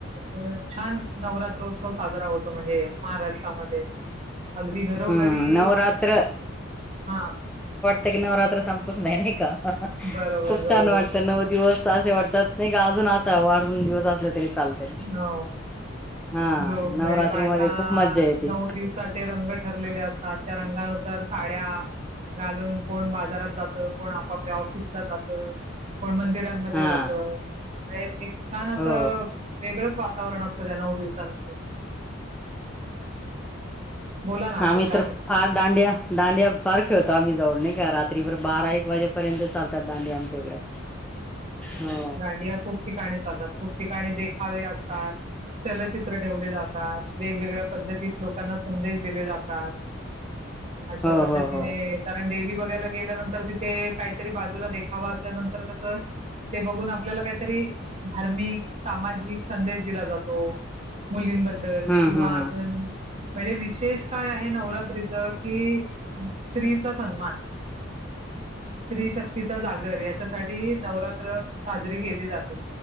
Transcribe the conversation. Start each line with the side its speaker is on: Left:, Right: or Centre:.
Right: अ छान नवरात्रोत्सव साजरा होतो म्हणजे महाराष्ट्रामध्ये अगदी घरोघरी
Centre: हम्म नवरात्र
Right: हा
Centre: त क नवरात्र संपस नाही का खूप
Right: बरोबर बरोबर
Centre: छान वाटतं नऊ दिवस असे वाटतात नाही का अजून असा वाटत दोन दिवस असले तरी चालते
Right: हो
Centre: हा
Right: लो
Centre: नवरात्रीमध्ये
Right: म्हज बायक आआ
Centre: खूप मज्जा येते
Right: नऊ दिवसाचे रंग ठरलेले असतात त्या रंगानु तर साड्या घालून कोण बाजारात जात कोण आपापल्या ऑफिसला जातं. कोण मंदिरांमध्ये
Centre: हा
Right: जात! अ एक छान असं
Centre: हो
Right: वेगळंच वातावरण असतं त्या नऊ दिवसांमध्ये. बोला ना
Centre: हा
Right: अजून
Centre: आम्ही
Right: काय
Centre: तर
Right: म्हण-
Centre: फार डांडिया दांडिया फार खेळतो, आम्ही जाऊन नेइका रात त्री बारा एक वाजेपर्यंत चालतात दांडीया आमच्या इकडे. हो
Right: दाडिया खूप ठिकाणी चालतात खूप ठिकाणी देखावे असतात, चलचित्र ठेवले जात वेगवेगळ्या पद्धतीत लोकांना संदेश दिले जातात. अशा
Centre: हो
Right: पद्धतीने
Centre: हो हो
Right: कारण देवी बगायला गेल्यानंतर तिथे काय तरी बाजूला देखावा असल्यानंतर कसं. ते बघून आपल्याला काहीतरी! धार्मिक, सामाजिक संदेश दिला जातो मुलींबद्दल
Centre: हम्म
Right: ल किंवा
Centre: हम्म
Right: अजून
Centre: हम्म
Right: म्हणजे विशेष काय आहे नवर त्रीच की स्त्रीचा सन्मान. स्त्री शक्तीचा जागर, याच्यासाठी नवरात्र साजरी केली जाते.